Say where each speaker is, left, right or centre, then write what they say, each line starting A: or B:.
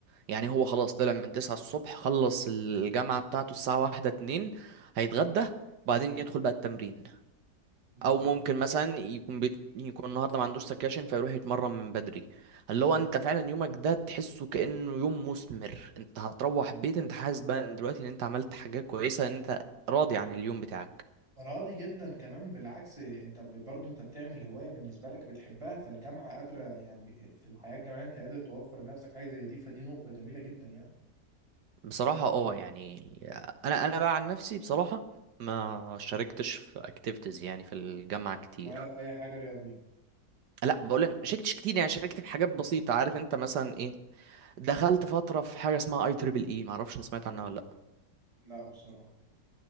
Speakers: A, on the right; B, on the right.
A: يعني هو خلاص طلع من 9 الصبح خلص الجامعه بتاعته الساعه واحدة اتنين هيتغدى بعدين يدخل بقى التمرين
B: بالظبط
A: او ممكن مثلا يكون بيت... يكون النهارده ما عندوش سكاشن فيروح يتمرن من بدري اللي هو
B: بالظبط
A: انت فعلا يومك ده تحسه كانه يوم مثمر انت هتروح بيت انت حاسس بقى دلوقتي ان انت عملت حاجات كويسه ان انت راضي عن اليوم بتاعك
B: راضي جدا كمان بالعكس انت ب- برضه انت بتعمل هواية بالنسبة لك بتحبها فالجامعة قادرة يعني في الحياة الجامعية انت قادر توفر لنفسك حاجة زي دي فدي نقطة جميلة جدا يعني
A: بصراحة اه يعني انا انا بقى عن نفسي بصراحة ما شاركتش في اكتيفيتيز يعني في الجامعة كتير
B: ولا في أي حاجة رياضية
A: لا بقول لك ما شاركتش كتير يعني شاركت في حاجات بسيطة عارف انت مثلا ايه دخلت فترة في حاجة اسمها اي تريبل اي ما اعرفش سمعت عنها ولا
B: لا بصراحة